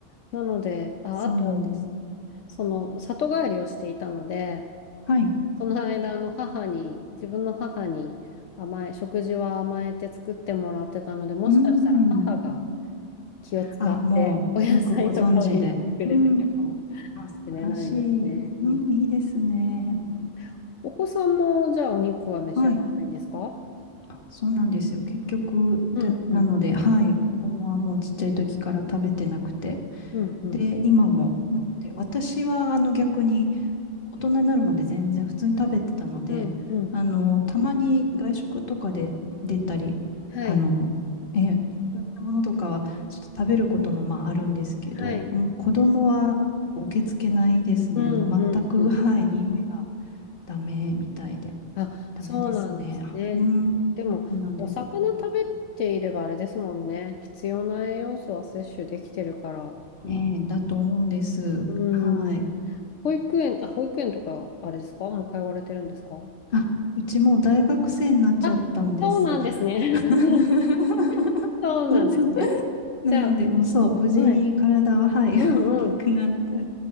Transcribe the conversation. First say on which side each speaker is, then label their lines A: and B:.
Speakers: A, on the left; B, on the left.
A: なので、あ、
B: そうなんです。
A: あと、その里帰りをしていたので、
B: はい。
A: その間、あの母に、自分の母に甘え、食事は甘えて作ってもらってたので、もしかしたら母が
B: うーん。
A: 気を使って
B: あ、もう、
A: <laughs> お野菜とかを入れてくれてたかも
B: よくご存知で。うん。あ、素晴らしい。
A: しれないですね。
B: うん、
A: み
B: いいですね。
A: うん、お子さんもじゃあお肉は召し上がらないんですか
B: はい。あそうなんですよ。結局、で、
A: うんうん
B: なので、はい。子供はもうちっちゃい時から食べてなくて。
A: うんうん
B: で、今も。なので、私は、あの、逆に、大人になるまで全然普通に食べてたので、
A: うんうん。
B: あの、たまに外食とかで出たり、
A: はい。
B: あの、え、いただいたものとかはちょっと食べることもまああるんですけど、
A: はい。
B: もう子供は受け付けないですね。
A: うんうんうん。
B: もう全く、はい、匂いがダメみたいで。
A: あ、
B: ダメですね。
A: そうなんですね。
B: うん、
A: でも、
B: そうなんです。
A: お魚食べていればあれですもんね。必要な栄養素は摂取できてるから。
B: ねえ、だと思うんです。
A: うん。
B: はい。
A: 保育園、あ、保育園とか、あれですかもう通われてるんですか
B: あ、うちもう大学生になっちゃったんです。
A: あ、そうなんですね。<laughs>
B: <laughs>
A: そうなんですね。
B: そうそうなので、
A: じゃ
B: もうそう、無事に体は、
A: あ、はい。
B: はい、
A: うんうん。
B: <laughs> 大きくなった